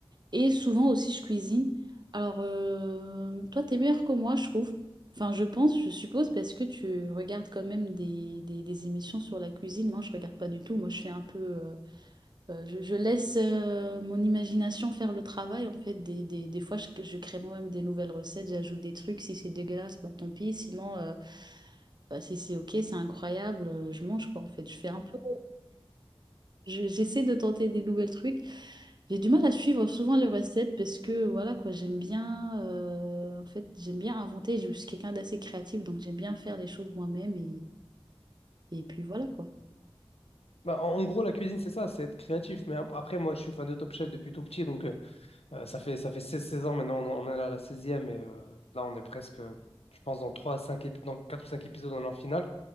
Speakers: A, on the right (about 45°); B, on the left (about 80°).
A: Et, et souvent aussi je cuisine. Alors, euh, toi, t'es meilleur que moi, je trouve. Enfin, je pense, je suppose, parce que tu regardes quand même des, des, des émissions sur la cuisine. Moi, je regarde pas du tout. Moi, je fais un peu. euh, euh, je, je laisse euh, mon imagination faire le travail. En fait, des, des, des fois, je, je crée moi-même des nouvelles recettes, j'ajoute des trucs. Si c'est dégueulasse, bah tant pis. Sinon, euh, bah, si c'est OK, c'est incroyable, euh, je mange quoi. En fait, je fais un peu. je- j'essaie de tenter des nouvelles trucs. J'ai du mal à suivre souvent les recettes parce que, voilà quoi, j'aime bien. euh, en fait, j'aime bien inventer. Je suis quelqu'un d'assez créatif, donc j'aime bien faire des choses moi-même. Et, et puis voilà quoi.
B: Bah, en, en gros, la cuisine, c'est ça, c'est être créatif. Mais ap- après, moi, je suis fan de Top Chef depuis tout petit, donc euh, euh, ça fait, ça fait 16 16 ans maintenant, on, on est à la seizième et euh, là, on est presque, euh, je pense, dans trois à 5 épi- dans 4 ou 5 épisodes, on est en finale.